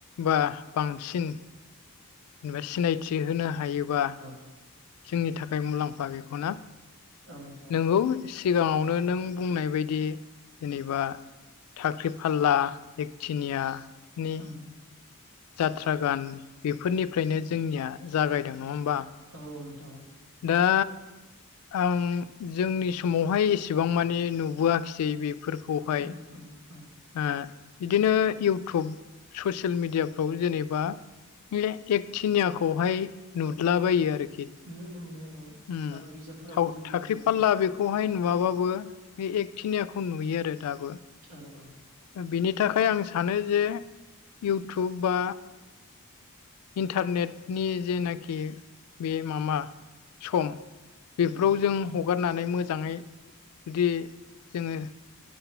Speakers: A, on the left; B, on the right.
A: बा बांसिन जेनेबा सिनायथि होनो हायोबा
B: औ
A: जोंनि थाखाय मुलाम्फा बेखौना
B: औ नोंथां औ
A: नोंगौ सिगाङावनो नों बुंनाय बायदि जेने बा थाखाख्रि फाला एकथिनियानि
B: उम
A: जाथ्रा गान बेफोरनिफ्रायनो जोंनिया जागायदों नङा होमबा
B: औ औ नोंथां औ
A: दा आं जोंनि समावहाय एसेबां माने नुबोआखिसै बे फोरखौहाय
B: उम उम उम
A: आ बिदिनो इउटुब ससियेल मिडियाफ्राव जेने बा बे एक थिनियाखौहाय नुदलाबायो आरो
B: नुहोनो <unintelligible> मोनो औ
A: उम
B: आरो बिजाबफोरावबो
A: थाखाख्रि
B: जों मिथिनो मोनो
A: फालला बेखौहाय नुवाबाबो बे एकटि निखौ नुयो आरो दाबो
B: औ औ
A: बिनि थाखाय आं सानो जे इउटुब बा इन्टारनेटनि जेनाखि बे माबा सम बेफोराव
B: उम
A: जों हगारनानै मोजाङै जुदि जोङो